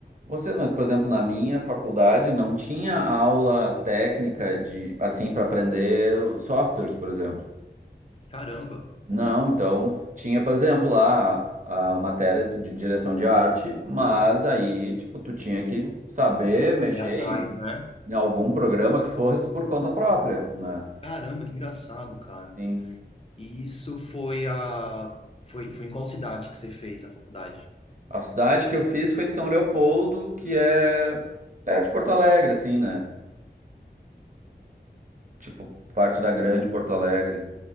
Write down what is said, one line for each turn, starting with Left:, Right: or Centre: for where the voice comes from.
Right: vocês, mas, por exemplo, na minha faculdade não tinha aula técnica de, assim, para aprender os softwares, por exemplo.
Left: caramba,
Right: Não, então tinha, por exemplo, lá a matéria de direção de arte, mas aí, tipo, tu tinha que saber mexer
Left: correr atrás,
Right: em
Left: né?
Right: em algum programa que fosse por conta própria, né?
Left: caramba, que engraçado, cara.
Right: Sim.
Left: E isso foi a foi, foi em qual cidade que você fez a faculdade?
Right: A cidade que eu fiz foi São Leopoldo, que é perto de Porto Alegre, assim, né? Tipo, parte da grande Porto Alegre.